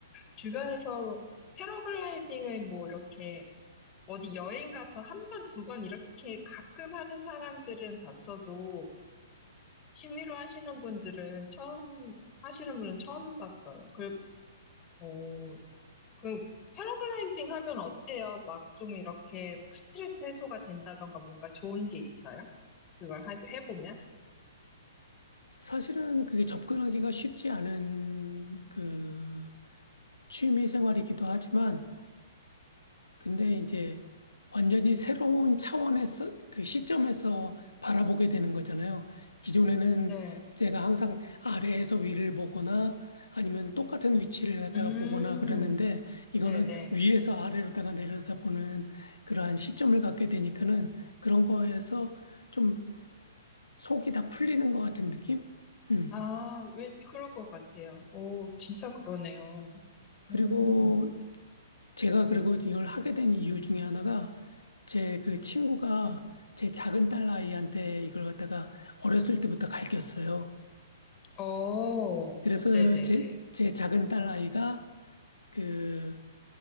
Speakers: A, on the left; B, on the left.
A: 주변에서 패러글라이딩을 뭐 이렇게 어디 여행 가서 한 번, 두 번 이렇게 가끔 하는 사람들은 봤어도 취미로 하시는 분들은 처음, 하시는 분은 처음 봤어요. 그, 어, 그 패러글라이딩 하면 어때요? 막 좀 이렇게 막 스트레스 해소가 된다던가 뭔가 좋은 게 있어요? 그걸 하- 해보면?
B: 사실은 그게 접근하기가 쉽지 않은 그 취미 생활이기도 하지만 근데 이제 완전히 새로운 차원에서 그 시점에서 바라보게 되는 거잖아요. 기존에는
A: 네.
B: 제가 항상 아래에서 위를 보거나 아니면 똑같은 위치를 갖다가
A: 음,
B: 보거나 그랬는데 이거는
A: 네네.
B: 위에서 아래로다가 내려다보는 그러한 시점을 갖게 되니까는 그런 거에서 좀 속이 다 풀리는 것 같은 느낌? 음.
A: 아, 왜, 그럴 것 같아요. 오, 진짜 그러네요.
B: 그리고
A: 음,
B: 제가 그리고 이걸 하게 된 이유 중에 하나가 제 그 친구가 제 작은 딸 아이한테 이걸 갖다가 어렸을 때부터 가르쳤어요.
A: 어,
B: 그래서
A: 네네네.
B: 제, 제 작은 딸 아이가 그